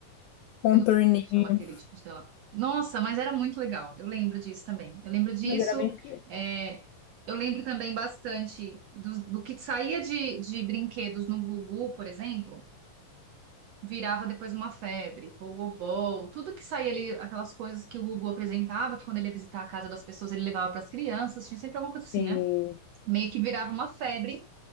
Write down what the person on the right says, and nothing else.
eu não sei como é que chama aquele tipo de tela. Nossa, mas era muito legal. Eu lembro disso também. Eu lembro disso.
é, eu lembro também bastante do, do que saía de, de brinquedos no Gugu, por exemplo virava depois uma febre, pogobol, tudo que saía ali, aquelas coisas que o Gugu apresentava, que quando ele ia visitar a casa das pessoas ele levava para as crianças, tinha sempre alguma coisa assim,
né? Meio que virava uma febre